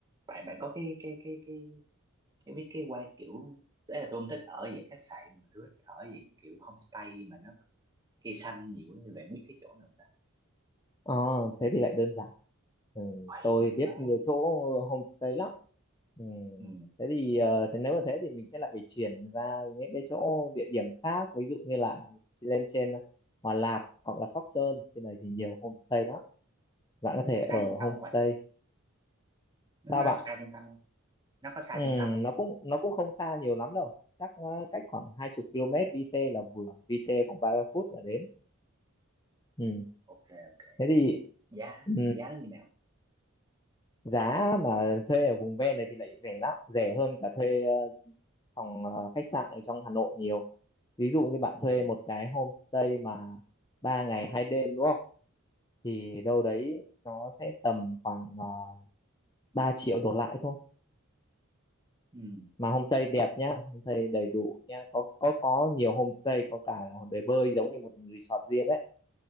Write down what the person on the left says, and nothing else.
Ờ, thế thì lại đơn giản. Ừ,
tôi
biết
nhiều chỗ homestay lắm. Ừ,
thế thì ờ, thế nếu mà thế thì mình sẽ lại phải chuyển ra những cái chỗ địa điểm khác, ví dụ như là lên trên Hòa Lạc hoặc là Sóc Sơn, trên này thì nhiều homestay lắm. Bạn có thể ở
homestay.
Sao
bạn?
Ừ,
nó cũng nó cũng không xa nhiều lắm đâu. Chắc ờ, cách khoảng 20 km đi xe là vừa, đi xe khoảng 30 phút là đến.
Ừ,
thế thì
ừ,
giá mà thuê ở vùng ven này thì lại rẻ lắm rẻ hơn cả thuê ờ, phòng ờ, khách sạn ở trong Hà Nội nhiều ví dụ như bạn
thuê một cái homestay mà ba ngày hai đêm đúng không thì đâu đấy nó sẽ tầm khoảng uh, 3 triệu đổ lại thôi
mà homestay đẹp nhá homestay đầy đủ nhá có có có nhiều homestay có cả là bể bơi giống như một resort riêng đấy